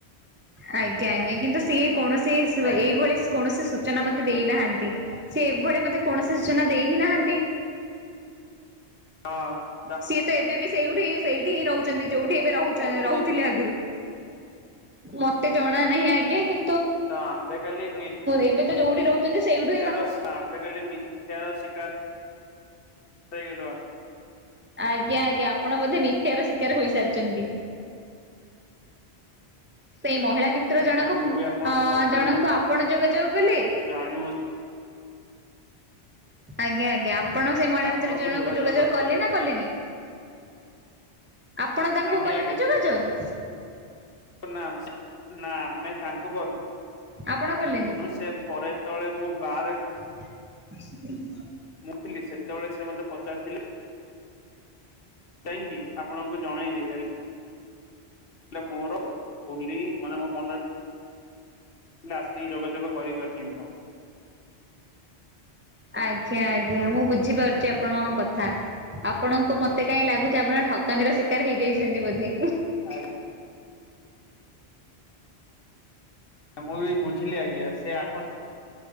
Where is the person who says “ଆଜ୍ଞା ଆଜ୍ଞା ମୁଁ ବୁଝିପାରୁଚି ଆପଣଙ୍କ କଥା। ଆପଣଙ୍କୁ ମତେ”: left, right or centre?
Right